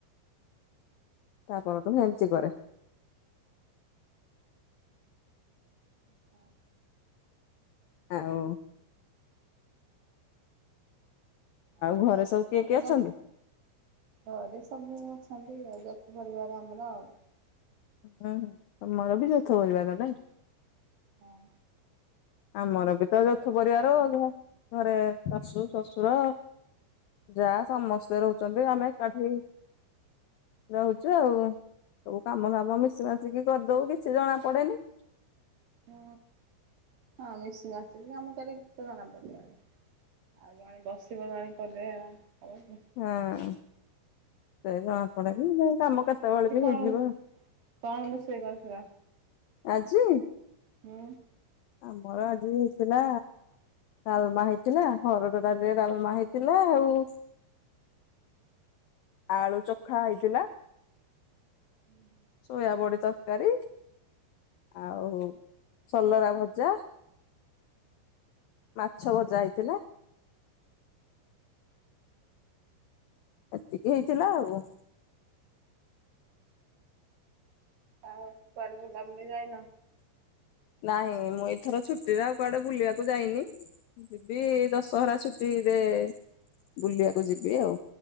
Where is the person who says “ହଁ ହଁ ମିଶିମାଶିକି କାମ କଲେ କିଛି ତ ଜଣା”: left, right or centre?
Right